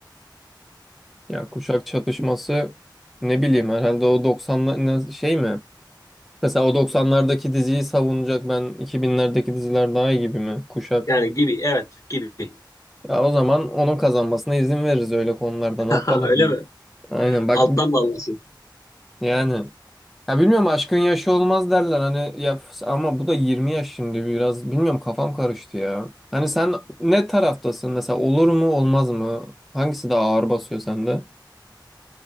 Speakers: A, in the centre; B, on the left (about 40°).
A: Ya kuşak çatışması ne bileyim herhalde o 90'lar ne- şey mi? Mesela o doksanlardaki diziyi savunacak ben iki binlerdeki diziler daha iyi gibi mi? Kuşak.
B: Yani gibi, evet gibi.
A: Ya o zaman onun kazanmasına izin veririz öyle konularda
B: <laughs>
A: ne yapalım?
B: Öyle mi?
A: Aynen bak
B: Alttan da alırsın.
A: yani. Ya bilmiyorum aşkın yaşı olmaz derler hani ya f- ama bu da 20 yaş şimdi biraz bilmiyorum kafam karıştı ya. Hani sen ne taraftasın mesela olur mu olmaz mı? Hangisi daha ağır basıyor sende?